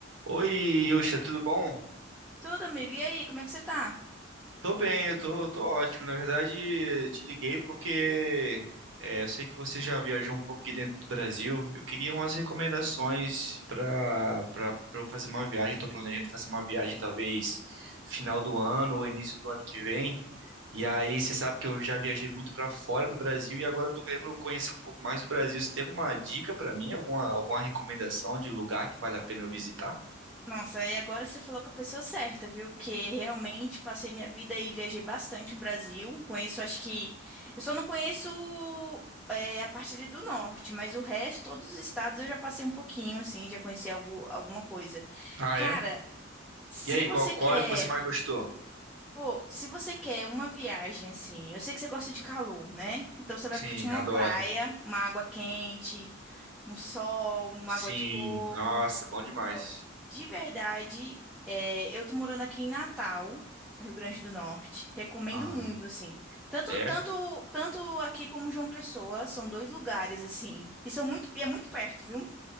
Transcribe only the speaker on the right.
Oi, Yusha, tudo bom?
Tô bem, eu tô, tô ótimo. Na verdade, te liguei porque é, eu sei que você já viajou um pouco aqui dentro do Brasil. Eu queria umas recomendações pra, pra, pra eu fazer uma viagem. Tô planejando fazer uma viagem talvez final do ano ou início do ano que vem. E aí, você sabe que eu já viajei muito pra fora do Brasil e agora eu tô querendo conhecer um pouco mais do Brasil. Você tem alguma dica pra mim? Alguma, alguma recomendação de lugar que vale a pena eu visitar?
Ah,
é?
E aí,
qual, qual
é que você mais gostou?
Sim,
adoro.
Sim,
nossa, bom demais.
Ah,
é?